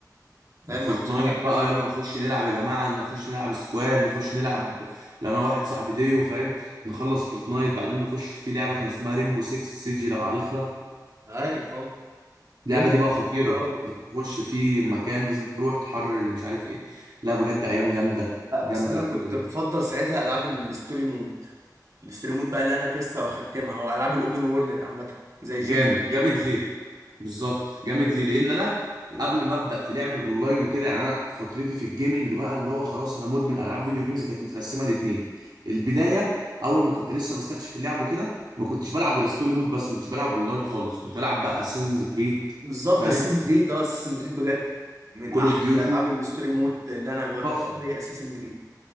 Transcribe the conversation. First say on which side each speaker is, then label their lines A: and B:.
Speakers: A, on the right (about 50°); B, on the right (about 70°).
A: فاهم
B: وفورتنايت
A: ما عنديش حاجه اعملها
B: بقى
A: غير
B: يلا نخش نلعب يا جماعه نخش نلعب سكواد نخش نلعب لو انا واحد صاحبي ديو فاهم نخلص فورتنايت بعدين نخش في لعبه كان اسمها ريمبو 6 سيجي لو عارفها
A: عارف اهو
B: اللعبه
A: ريمبو
B: دي بقى خطيره
A: حلو قوي
B: تخش في مكان لازم تروح تحرر اللي مش عارف ايه لا بجد ايام جامده
A: لا
B: جامده
A: بس انا
B: جامده
A: كنت
B: جدا
A: بفضل ساعتها العاب الستوري مود الستوري مود بقى اللي انا لسه واختمها او العاب الاوبن وورلد عامه زي جي
B: جامد
A: تي اي
B: جامد
A: كده
B: ليه بالظبط جامد ليه لان انا
A: إيه.
B: قبل ما ابدا في لعب الاونلاين وكده يعني انا فترتي في الجيمنج بقى اللي هو خلاص انا مدمن العاب فيديو جيمز كانت متقسمه لاتنين البدايه اول ما كنت لسه بستكشف اللعب وكده ما كنتش بلعب غير ستوري مود بس ما كنتش بلعب اونلاين خالص كنت بلعب بقى اساسنز كريد
A: بالظبط
B: فاهم
A: اساسن كريد اه اساسن كريد بجد من
B: كول
A: احسن
B: اوف ديوتي
A: الالعاب الستوري مود اللي انا جربتها
B: تحفه
A: هي اساسن كريد